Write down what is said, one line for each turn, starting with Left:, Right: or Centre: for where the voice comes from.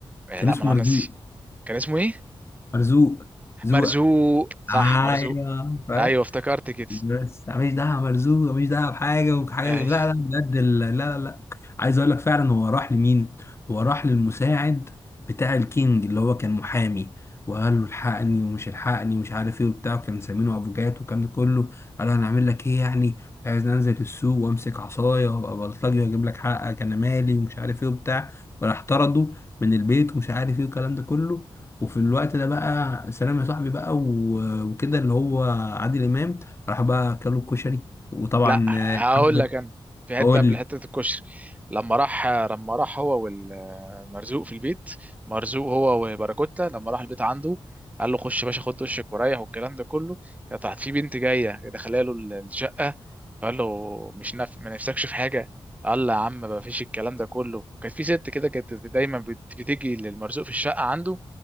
Right: آه
Left: كان
Right: لا
Left: اسمه
Right: ما انا
Left: مرزوق
Right: ناسي كان اسمه ايه
Left: مرزوق زوق.
Right: مرزوق صح
Left: ايوه
Right: مرزوق
Left: فاهم
Right: ايوه افتكرت كده
Left: بس ماليش دعوه مرزوق ماليش دعوه بحاجه وحاجه
Right: ايوه
Left: دي. لا لا بجد ال- لا لا لا عايز اقول لك فعلا هو راح لمين؟ هو راح للمساعد بتاع الكينج اللي هو كان محامي وقال له الحقني ومش الحقني ومش عارف ايه وبتاع كان مسمينه ابو جات والكلام ده كله قال له انا اعمل لك ايه يعني؟ انت عايز انزل السوق وامسك عصايه وابقى بلطجي واجيب لك حقك انا مالي ومش عارف ايه وبتاع وراح طرده من البيت ومش عارف ايه والكلام ده كله وفي الوقت ده بقى سلام يا صاحبي بقى و- وكده اللي هو عادل امام راح بقى اكلوا الكشري وطبعا
Right: لا
Left: آه،
Right: هقول
Left: حبه
Right: لك انا في حته
Left: اقول
Right: قبل
Left: لي
Right: حته الكشري لما راح لما راح هو والمرزوق في البيت مرزوق هو وباراكوتا لما راح البيت عنده قال له خش يا باشا خد دشك وريح والكلام ده كله كانت تحت في بنت جايه دخلها له الشقه فقال له مش نف... ما نفسكش في حاجه قال له يا عم ما فيش الكلام ده كله كانت في ست كده كانت دايما بت- بتيجي للمرزوق في الشقه عنده